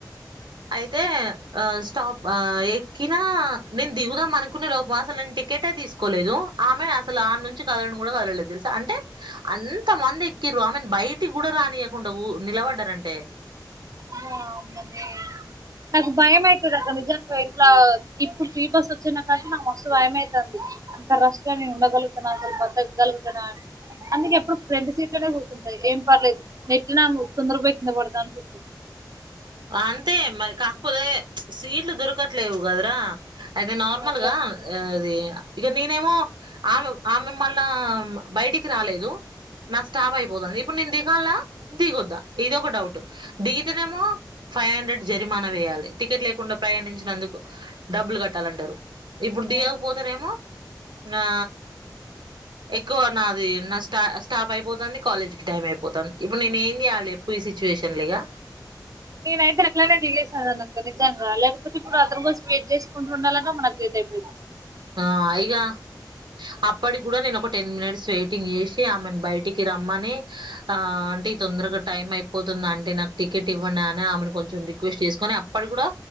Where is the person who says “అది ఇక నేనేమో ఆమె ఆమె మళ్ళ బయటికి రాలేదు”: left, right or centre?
Right